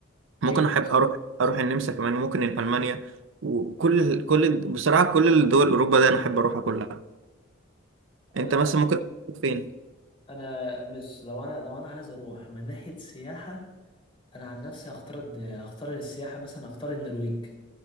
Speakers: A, on the right; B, on the left.
A: ممكن
B: ايوه
A: احب اروح اروح النمسا كمان وممكن المانيا وكل كل بصراحه كل الدول اوروبا ده انا احب اروحها كلها
B: انا
A: انت مثلا ممكن تروح فين
B: انا مش لو انا لو انا عايز اروح من ناحيه سياحه انا عن نفسي هختار الد- هختار السياحه مثلا هختار النرويج